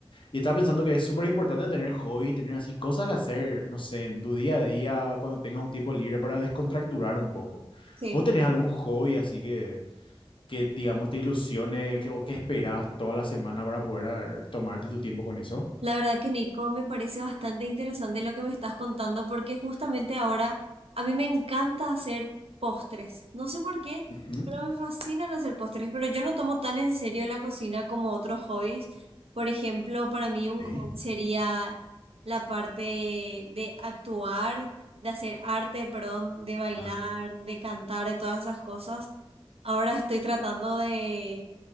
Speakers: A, on the left; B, on the right.
A: Y estaba pensando que es súper importante tener hobbies, tener así cosas que hacer, no sé, en tu día a día, cuando tengas un tiempo libre para descontracturar un poco.
B: Sí,
A: ¿Vos tenés algún hobby así que, que digamos, te ilusione que- o que esperás toda la semana para poder ah, tomarte tu tiempo con eso?
B: la verdad que Nico, me parece bastante interesante lo que me estás contando porque justamente ahora a mí me encanta hacer postres. No sé por qué,
A: Ujú,
B: pero me fascinan hacer postres, pero yo no tomo tan en serio la cocina como otros hobbies. Por ejemplo, para mí
A: Ok.
B: un hobby sería la parte de actuar, de hacer arte, perdón, de bailar,
A: Ah,
B: de cantar, de todas esas cosas. Ahora estoy tratando de